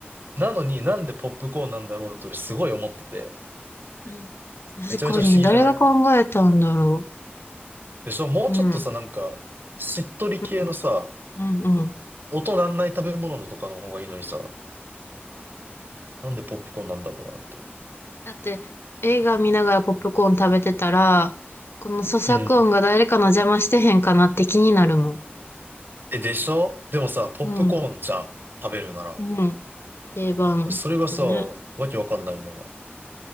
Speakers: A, on the right; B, on the left.
A: なのになんでポップコーンなんだろうって俺すごい思ってて。
B: うん。確かに。
A: めちゃめちゃ不思議じゃない
B: 誰が考えたんだろ
A: でしょもうちょっとさ、
B: う。うん。
A: なんか、しっとり系のさ、
B: うん。うんうん。
A: 音なんない食べ物のとかの方がいいのにさ、なんでポップコーンなんだろうなって。
B: だって、映画見ながらポップコーン食べてたら、この咀嚼音が誰かの邪魔してへんかなって気になるもん。
A: うん。え、でしょでもさ、ポップコーンじゃん。
B: うん。
A: 食べるなら。
B: うん。定番だね。
A: それがさ、わけわかんないよね。